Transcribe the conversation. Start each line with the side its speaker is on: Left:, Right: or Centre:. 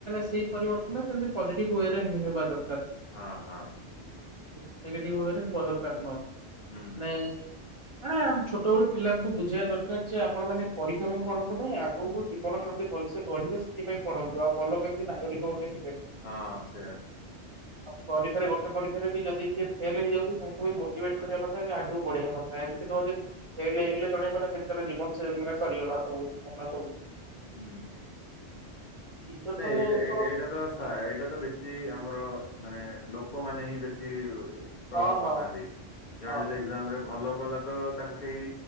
Right: ସେଇ ପରିବର୍ତ୍ତନ ମତି ପଜିଟିଭ ୱ ରେ ହିଁ ହେବା ଦରକାର।
Left: ହଁ ହଁ।
Right: ନେଗେଟି ୱେ ରେ ହବା ଦରକାର ନୁହଁ
Left: ହୁଁ
Right: ନାଏ ନାମ ଛୋଟ ବଳୁ ପିଲାଙ୍କୁ ବୁଝେଇବା ଦରକାର ଯେ ଆପଣ ମାନେ ପରୀକ୍ଷା ପାଇଁ ପଢନ୍ତୁହିଁ ଆଗକୁ ଜୀବନ କେମିତି ଭଲ ସେ ଗଢିବେ ସେଥିାଇଁ ପଢନ୍ତୁ ଆଉ ଭଲ କେମିତି ନାଗରିକ ଗୋଟେ ହେଲେ।
Left: ହଁ ସେୟା।
Right: ଆଉ ପରୀକ୍ଷାରେ ଗୋଟେ ପରୀକ୍ଷାରେ ବି ଯଦି କିଏ ଫେଲ ହେଇଯାଉଛି ତାଙ୍କୁ ବି ମୋଟିଭେଟ କରିବା କଥା କି ଆଗକୁ ବଢେଇବା କଥା। ଏମିତି ନୁହଁନ୍ତି ହେ ହେଇଗଲେ ଜଣେ ମାନ ସେ ଜୀବନ ସେ ମାନେ ସରିଗଲା
Left: ହଁ
Right: ସବୁ ସବୁ
Left: ହୁଁ।
Right: ଟିଚର
Left: ନାଇଁ
Right: ମାନେଙ୍କର
Left: ଏଇଟା ଏ ଏଇଟା ତ ଏଇଟା ତ ବେଶୀ ଆମର ମାନେ ଲୋକମାନେ ହିଁ ବେଶୀ ପ୍ରଭାବ
Right: ହଁ
Left: ପକାନ୍ତି
Right: ହଁ
Left: ଜଣେ
Right: ହଁ
Left: ଯଦି ଏକ୍ଜାମ ରେ ଭଲ ଗଲା ତ ତାଙ୍କୁ କେହି